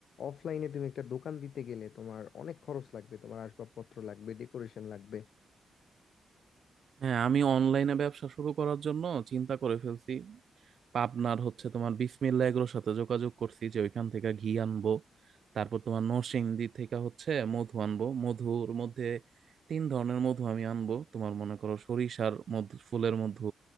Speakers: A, on the left; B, on the right.
A: অফলাইনে তুমি একটা দোকান দিতে গেলে তোমার অনেক খরচ লাগবে তোমার আসবাবপত্র লাগবে ডেকোরেশন লাগবে
B: হ্যাঁ আমি অনলাইনে ব্যবসা শুরু করার জন্য চিন্তা করে ফেলছি পাবনার হচ্ছে তোমার বিসমিল্লা এগুলোর সাথে যোগাযোগ করছি যে ওইখান থেকে ঘি আনবো তারপর তোমার নরসিংদী থেকে হচ্ছে মধু আনবো মধুর মধ্যে তিন ধরনের মধু আমি আনবো তোমার মনে করো সরিষার মধু ফুলের মধু